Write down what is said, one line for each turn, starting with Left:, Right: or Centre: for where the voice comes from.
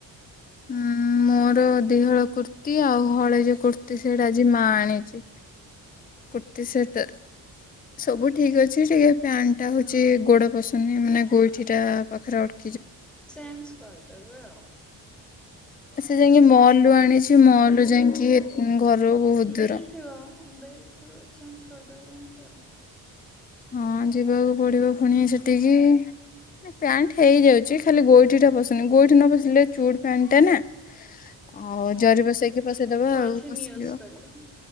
Left: ଉଁ ମୋର ଦିହଳ କୁର୍ତ୍ତୀ ଆଉ ହଳେଇ ଯୋଉ କୁର୍ତ୍ତିୀ ସେଟ ଆଜି ମା ଆଣିଛି। କୁର୍ତୀ ସେଟ ସବୁ ଠିକ ଅଛି ଯେ ଟିକେ ପ୍ୟାଣ୍ଟ ଟା ହଉଛି ଗୋଡ ପଶୁନି ମାନେ ଗୋଇଠି ଟା ପାଖରେ ଗୋ
Centre: ଚେଞ୍ଜ କରିଦେବେ ଆଉ।
Left: ସେ ଯାଇକି ମଲ ରୁ ଆଣିଛି ମଲ ରୁ ଯାଇକି ଇ ଏ ଘରୁ ବହୁତୁ
Centre: ବିଲ୍
Left: ଦୂର।
Centre: ଥିବ ବିଲ୍ ଥିବ ଚେଞ୍ଜ୍ କରିଦେବି ଯାଇକି ଆଉ।
Left: ହଁ ଯିବାକୁ ପଡିବ ପୁଣି ସେଠିକି ପ୍ୟାଣ୍ଟ ହେଇଯାଉଛି। ଖାଲି ଗୋଇଠିଟା ପଶନି ଗୋଇଠି ନ ପଶିଲେ ଚୁଡ୍ ପ୍ୟାଣ୍ଟଟା ନା। ଆଉ
Centre: ହଁ।
Left: ଜରି ପସେଇକି ପସେଇଦବା
Centre: ପଲିଥିନ୍
Left: ଆଉ ପସିିଯିବ।
Centre: ୟୁଜ୍ କରିବା